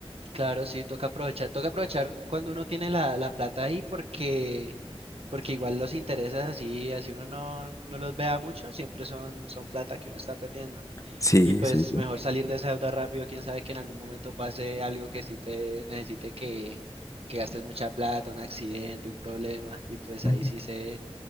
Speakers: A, on the right (about 70°); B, on the left (about 30°).
A: Claro, sí, toca aprovechar, toca aprovechar cuando uno tiene la, la plata ahí porque, porque igual los intereses así, así uno no, no los vea mucho, siempre son, son plata que uno está perdiendo.
B: Sí,
A: Y pues
B: sí, sí.
A: mejor salir de esa deuda rápido, quién sabe que en algún momento pase algo que sí te necesite que, que gastes mucha plata, un accidente, un problema, y pues
B: Ujú.
A: ahí sí se,